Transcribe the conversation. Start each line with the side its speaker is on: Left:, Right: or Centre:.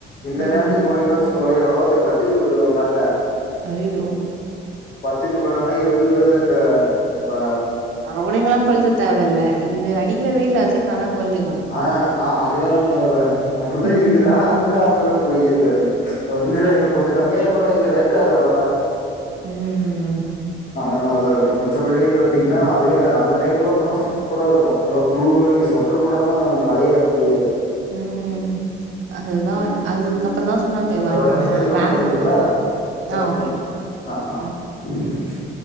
Left: இந்த
Right: ம்
Left: நேரத்துக்கு போனீங்கன்னா வச்சு கோங்ளே எவனோ ஒருத்தே பத்தி வுட்டு போயிடுவாங்காட்ட
Right: அய்யயோ
Left: பத்துட்டு பதுனாறுனா எருஞ்சு போயிருல க ப
Right: அவனுங்ல்லா கொழ்த்த தேவ இல்ல இது அடிக்கிற வெயில்ல அதே தானா கொழ்ந்துக்கு
Left: ஆ அ அது வேணா உண்மதாங் அப்டிதா
Right: ம்
Left: இருக்குது ஆனா அங்க அந்த அளவுக்கு வெய்யி இருக்காது கொஞ்சோ
Right: ஆ
Left: இன்னு கொஞ்ச கம்மியா இருக்ணு வைங்களே வேக்காது அவ்ளோதா
Right: ம்
Left: அந்த மாரிதா இருக்கு மிச்சபடி பாத்தீங்ன்னா அதுவே அந்த டைம்ல போனா சூப்பரா இருக்கு நல்லா குளுரு நீங்க ஸ்வெட்ரு போடாம அந் மலயே ஏற முடியாது
Right: ம் அதுதா அதுக்கப்ற தா சொன்னாங்க
Left: சேர்
Right: வேன்
Left: ஒரே நிம்ஷோ இது பண்ட்டு
Right: வேன்ல
Left: கூப்ட்டுங்ளா கட்
Right: ஆ
Left: பண்ட்
Right: ஓகே
Left: அ அ
Right: ஆ